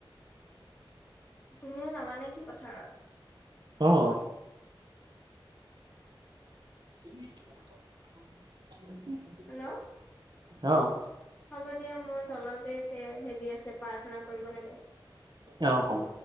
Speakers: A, on the left; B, on the right.
A: তুমি নামা নেকি পথাৰত।
B: অহ', উম <unintelligible>
A: হেল্ল',
B: অহ',
A: হ'ব দিয়া মোৰ তলতে হেৰি আছে প্ৰাৰ্থনা কৰিব লাগে।
B: অ, হ'ব।